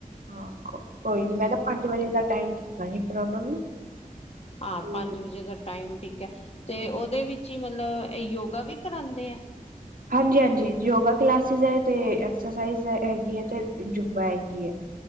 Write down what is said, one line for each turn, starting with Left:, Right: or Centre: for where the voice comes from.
Right: ਹਾਂ ਕੋਈ ਨੀ ਮੈਂ ਨਾ ਪੰਜ ਵਜੇ ਦਾ ਟਾਈਮ ਦੱਸਾਂਗੀ ਫਿਰ ਉਹਨਾਂ ਨੂੰ
Left: ਹਾਂ
Right: ਤੇ
Left: ਪੰਜ ਵਜੇ ਦਾ ਟਾਈਮ ਠੀਕ ਹੈ ਤੇ
Right: ਹਾਂਜੀ
Left: ਉਹਦੇ ਵਿੱਚ ਹੀ ਮਤਲਬ ਇਹ ਯੋਗਾ ਵੀ ਕਰਾਉਂਦੇ ਆ।
Right: ਹਾਂਜੀ-ਹਾਂਜੀ ਯੋਗਾ ਕਲਾਸਿਸ ਹੈ ਤੇ ਐਕਸਸਾਈਜ਼ ਹੈਗੀ ਹੈ ਤੇ ਜੁਬਾ ਹੈਗੀ ਹੈ।